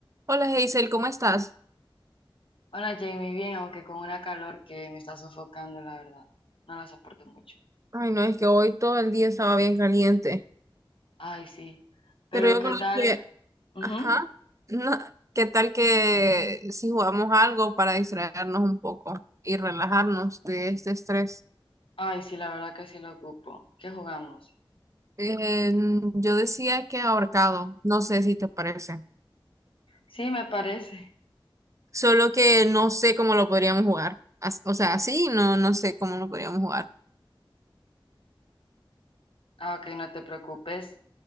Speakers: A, on the right; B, on the left.
A: Hola Hazel, ¿cómo estás?
B: Hola Jamie, bien, aunque con una calor que me está sofocando, la verdad. No la soporto mucho.
A: Ay, no, es que hoy todo el día estaba bien caliente,
B: Ay, sí. Pero
A: pero yo
B: ¿qué
A: creo
B: tal?
A: que,
B: Ujú.
A: ajá, no, ¿qué tal que si jugamos algo para distraernos un poco y relajarnos de este estrés?
B: Ay, sí, la verdad que sí lo ocupo. ¿Qué jugamos?
A: Eh, yo decía que ahorcado, no sé si te parece,
B: Sí, me parece.
A: solo que no sé cómo lo podríamos jugar, As- o sea, así no, no sé cómo lo podríamos jugar.
B: Ah, ok, no te preocupes.